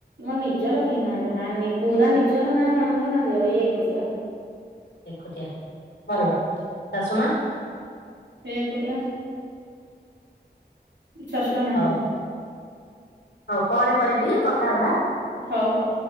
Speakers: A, on the right; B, on the left.
A: ମୋ ନିଜର କେହି ନାହାନ୍ତି। ଏ ନାନି ପୁରା ନିଜର ନା ନଣନ୍ଦ ନା ଦିଅର ଇଏ ଏକୁଟିଆ।
B: ଏକୁଟିଆ ଭଲ। ଶାଶୁ ମା,
A: ସିଏ ଏକୁଟିଆ। ଶଶୁର ନାହାନ୍ତି।
B: ହଉ ହଉ ପରେ କରିବି କଥା ହବା।
A: ହଉ ହଉ।